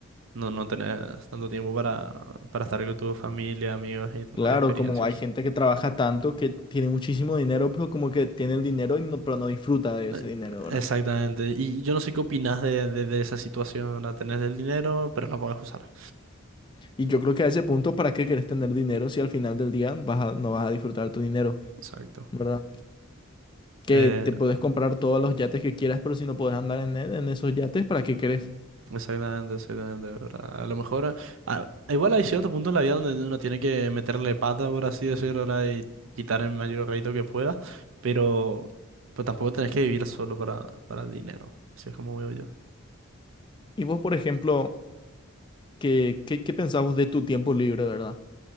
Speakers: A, on the right; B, on the left.
A: No, no tenés tanto tiempo para, para estar con tu familia, amigos y tener
B: Claro,
A: experiencias.
B: como hay gente que trabaja tanto que tiene muchísimo dinero, pero como que tiene el dinero y no, pero no disfruta de ese
A: Eh,
B: dinero, ¿verdad?
A: Exactamente. Y yo no sé qué opinás de, de, de esa situación. La tenés del dinero, pero la podés usar.
B: Y yo creo que a ese punto, ¿para qué querés tener dinero si al final del día vas a- no vas a disfrutar tu dinero,
A: Exacto.
B: ¿verdad? Que
A: Eh,
B: te puedes comprar todos los yates que quieras, pero si no puedes andar en, e- en esos yates, ¿para qué querés?
A: exactamente, exactamente, ¿verdad? A lo mejor, ah, igual hay cierto punto en la vida donde uno tiene que meterle pata, por así decirlo, ¿verdad? Y quitar el mayor rédito que pueda, pero, pero tampoco tenés que vivir solo para, para el dinero, así es como veo yo.
B: Y vos, por ejemplo, ¿qué, qué, qué pensás vos de tu tiempo libre, ¿verdad?